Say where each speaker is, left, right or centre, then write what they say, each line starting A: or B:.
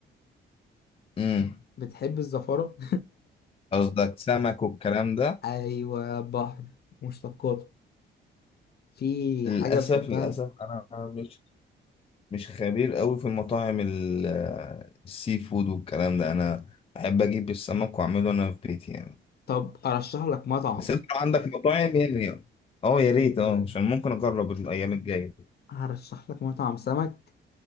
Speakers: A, on the left; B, on the left.
A: امم
B: بتحب الزفارة؟
A: قصدك سمك والكلام ده
B: <laughs> أيوة بحر مشتقاته في
A: للاسف
B: حاجة بتحبها
A: للاسف انا مش مش خبير قوي في المطاعم ال- السي فود والكلام ده انا بحب اجيب السمك واعمله انا في بيتي يعني
B: طب أرشح لك مطعم
A: بس انت لو عندك مطاعم يعني اه يا ريت
B: أيوة
A: اه
B: أيوة.
A: عشان ممكن اجرب الايام الجايه
B: هرشح لك مطعم سمك